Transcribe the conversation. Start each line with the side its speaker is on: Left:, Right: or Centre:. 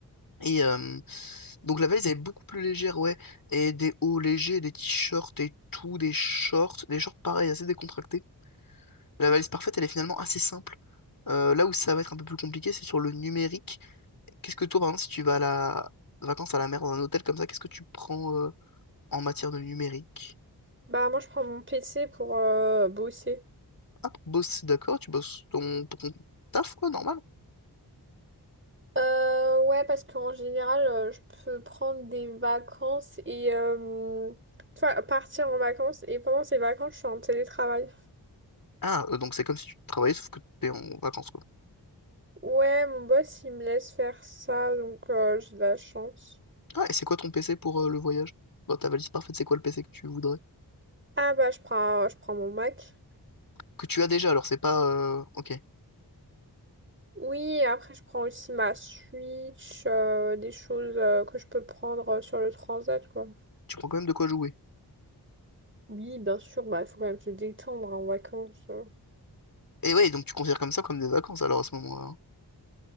Left: Et euh, donc la valise, elle est beaucoup plus légère, ouais. Et des hauts légers, des t-shirts et tout, des shorts. Des shorts, pareil, assez décontractés. La valise parfaite, elle est finalement assez simple. Euh, là où ça va être un peu plus compliqué, c'est sur le numérique. Qu'est-ce que toi, par exemple, si tu vas à la vacances à la mer dans un hôtel comme ça, qu'est-ce que tu prends euh, en matière de numérique?
Right: Bah, moi, je prends mon PC pour euh, bosser.
Left: Ah, pour bosser, d'accord, tu bosses ton... pour ton taf, quoi, normal.
Right: Euh, ouais, parce qu'en général, euh, je peux prendre des vacances et euh, tu vois, partir en vacances et pendant ces vacances, je suis en télétravail.
Left: Ah, euh, donc c'est comme si tu travaillais, sauf que t'es en vacances, quoi.
Right: Ouais, mon boss, il me laisse faire ça, donc euh, j'ai de la chance.
Left: Ah, et c'est quoi ton PC pour euh, le voyage? Dans ta valise parfaite, c'est quoi le PC que tu voudrais?
Right: Ah bah, je prends, je prends mon Mac.
Left: Que tu as déjà, alors c'est pas... euh, Ok,
Right: Oui, et après, je prends aussi ma Switch, euh, des choses euh, que je peux prendre euh, sur le transat, quoi.
Left: tu prends quand même de quoi jouer.
Right: Oui, bien sûr, bah, il faut quand même se détendre en vacances. euh.
Left: Et ouais, donc tu considères comme ça comme des vacances alors à ce moment-là. hein.